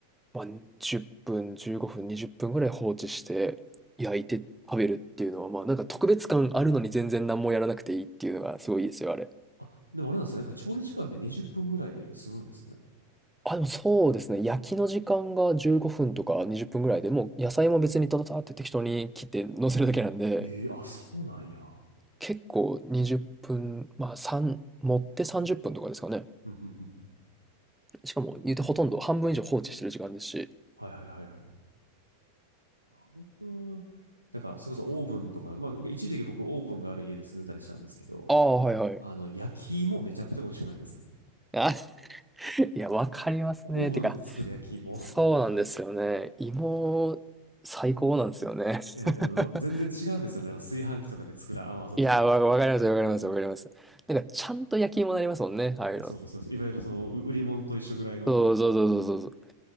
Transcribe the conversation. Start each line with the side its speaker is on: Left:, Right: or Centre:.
Centre: まあ、10分、15分、20分ぐらい放置して、焼いて食べるっていうのは、まあ、なんか特別感あるのに全然何もやらなくていいっていうのがすごいいいですよ、あれ。
Right: あ、でもあれなんですね。なんか調理時間って20分ぐらいで済むんですね。
Centre: あ、でもそうですね。焼きの時間が15分とか20分ぐらいで、もう野菜も別にたたたって適当に切って乗せるだけなんで、
Right: ええあ、そうなんや。
Centre: 結構20分、まあ3、持って30分とかですかね。
Right: うんうんうん
Centre: しかも言うてほとんど半分以上放置してる時間ですし。
Right: はいはいはいはい。なんか、なんかそれこそオーブンとか、まあ、一時期僕オーブンがある家で住んでたりしたんですけど、
Centre: ああ、はいはい。
Right: あの、焼き芋めちゃくちゃ美味しくないですか
Centre: あ、<laughs> いや、わかりますね。
Right: オーブンで作る焼き芋。
Centre: てか、そうなんですよね。
Right: <laughs>
Centre: 芋、最高なんですよね。<laughs>
Right: いや、なんかあの、全然違うんですよね。あの、炊飯器とかで作る甘さと。
Centre: いや、わ、わかります、わかります、わかります。なんか、ちゃんと焼き芋になりますもんね。ああいうの。
Right: いやそうです、そうです。いわゆるその、う売り物と一緒ぐらいの。
Centre: そうそうそうそうそう